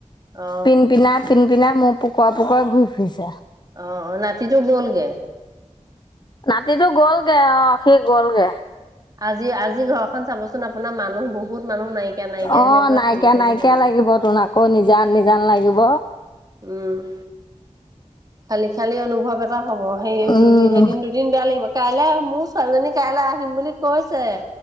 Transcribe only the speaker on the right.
অ
অ', নাতিটো গ'লগে
আজি আজি ঘৰখন চাবচোন, আপোনাৰ মানুহ বহুত মানুহ নাইকিয়া নাইকিয়া
নিচিনা কিবা
খালি খালি
লাগিৱ
উম, খালি খালি অনুভৱ এটা হব সেই
দুদিন এদিন দুদ দিন বেয়া লাগিব কাইলৈ মোৰ ছোৱালীজনী কাইলৈ আহিম বুলি কৈছে